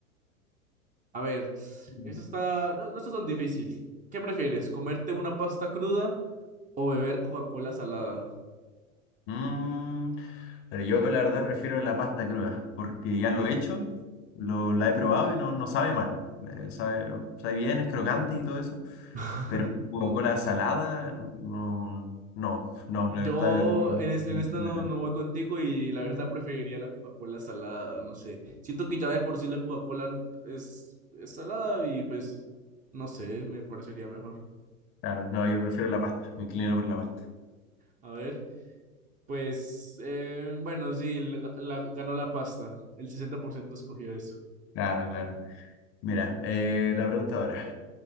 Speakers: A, on the right; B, on the left.
A: A ver,
B: Mm.
A: esto está, no, no está tan difícil. ¿Qué prefieres, comerte una pasta cruda o beber Coca-Cola salada?
B: Mm, pero yo la verdad prefiero la pasta cruda, porque ya lo he hecho, lo, la he probado y no, no sabe mal. Eh, sabe, sabe bien, es crocante y todo eso,
A: <laughs>
B: pero Coca-Cola salada, no, no, no,
A: Yo
B: la verdad, no,
A: en, es-
B: no,
A: en esta no, no voy contigo y la verdad preferiría la Coca-Cola salada, no sé. Siento que ya de por sí la Coca-Cola es, es salada y pues no sé, me parecería mejor.
B: claro, no, yo prefiero la pasta, me inclino por la pasta.
A: A ver, pues eh, bueno, sí, la- la- ganó la pasta, el sesenta por ciento escogió eso.
B: Claro, claro. Mira, eh, la pregunta ahora.